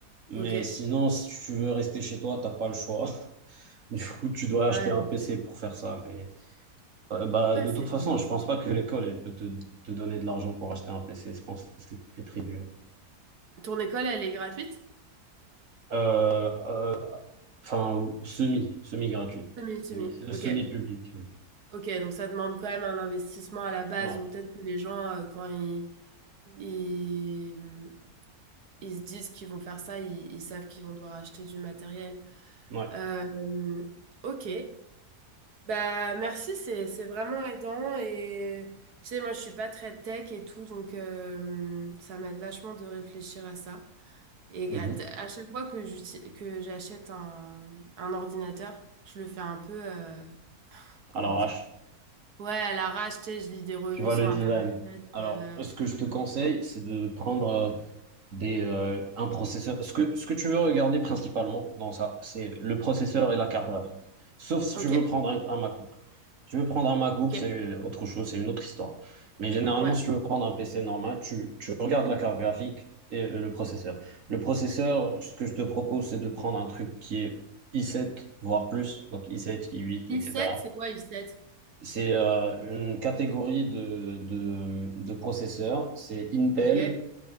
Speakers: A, on the right; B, on the right.
A: Mais
B: Ok.
A: sinon, si tu veux rester chez toi, t'as pas le choix. <laughs> Du coup, tu dois
B: Ouais.
A: acheter un PC pour faire ça. Mais, euh, bah,
B: Ouais,
A: de
B: c'est...
A: toute façon,
B: c'est
A: je pense pas que l'école elle peut te, te donner de l'argent pour acheter un PC. Je pense que c'est très très dur.
B: Ton école, elle est gratuite?
A: Euh, Enfin, ou- semi, semi-gratuite.
B: Semi, semi.
A: Semi.
B: Ok.
A: Semi-public. oui.
B: Ok, donc ça demande quand même un investissement à la base.
A: Ouais,
B: Donc peut-être que les gens, euh, quand ils, ils, hum, ils se disent qu'ils vont faire ça, ils, ils savent qu'ils vont devoir acheter du matériel.
A: ouais.
B: Euh, hum, ok. Bah merci, c'est, c'est vraiment aidant. Et tu sais, moi, je suis pas très tech et tout, donc euh, ça m'aide vachement de réfléchir à ça. Et
A: Mhm.
B: à, à chaque fois que j'uti- que j'achète un, un ordinateur, je le fais un peu, euh, comment
A: Alors,
B: dire?
A: H,
B: Ouais, à l'arrache, tu sais, je lis des revues
A: tu vois
B: sur
A: le
B: Internet.
A: design. Alors,
B: euh,
A: ce que je te conseille, c'est de prendre euh, des, euh, un processeur. Ce que, ce que tu veux regarder principalement dans ça, c'est le processeur et la carte graphique. Sauf si
B: Ok,
A: tu veux prendre un, un MacBook. Si tu veux prendre un MacBook,
B: ok,
A: c'est autre chose, c'est une autre histoire. Mais généralement,
B: ouais.
A: si tu veux prendre un PC normal, tu, tu regardes la carte graphique et le processeur. Le processeur, ce que je te propose, c'est de prendre un truc qui est i7, voire plus, donc i7, i8,
B: I7,
A: etc.
B: c'est quoi I7?
A: C'est euh, une catégorie de, de, de processeurs, c'est Intel
B: Ok,